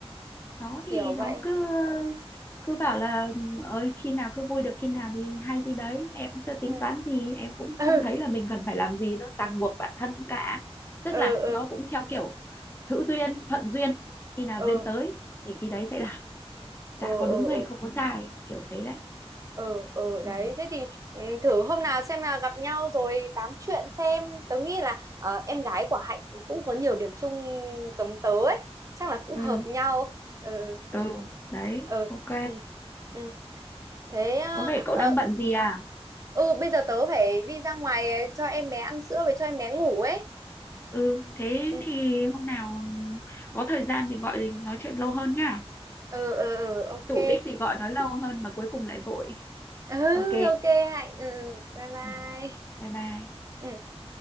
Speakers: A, on the left; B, on the right.
A: nó
B: kiểu
A: thì
B: vậy
A: nó cứ cứ bảo là ừ, ơi khi nào cứ vui được khi nào thì hay thì đấy em chưa tính
B: ừ
A: toán gì em cũng
B: <laughs>
A: không
B: ừ
A: thấy là mình cần phải làm gì nó ràng buộc bản thân cả tức
B: ừ
A: là
B: ừ
A: nó cũng theo kiểu hữu duyên thuận duyên khi nào
B: ừ
A: duyên tới thì khi đấy sẽ làm chả
B: ừ
A: có
B: ừ
A: đúng hay
B: ừ
A: không có sai kiểu thế đấy
B: ừ ừ,
A: ừ
B: đấy thế thì ừ, thử hôm nào xem là gặp nhau rồi tám chuyện xem tớ nghĩ là ờ, em gái của Hạnh cũng có nhiều điểm chung giống tớ ấy chắc là cũng
A: ừ
B: hợp nhau ừ
A: ừ đấy
B: ừ
A: ok
B: ừ ừ thế ờ,
A: có vẻ cậu
B: ờ,
A: đang bận gì à
B: ừ bây giờ tớ phải đi ra ngoài ờ, cho em bé ăn sữa với cho em bé ngủ ấy
A: ừ thế
B: ừ
A: thì hôm nào có thời gian thì gọi nói chuyện lâu hơn nhá
B: ừ ừ ừ, ok
A: chủ đích thì gọi nói lâu hơn mà cuối cùng lại vội
B: ừ
A: Ok.
B: ok Hạnh ừ bye bye
A: Ừ. Bye bye.
B: ừ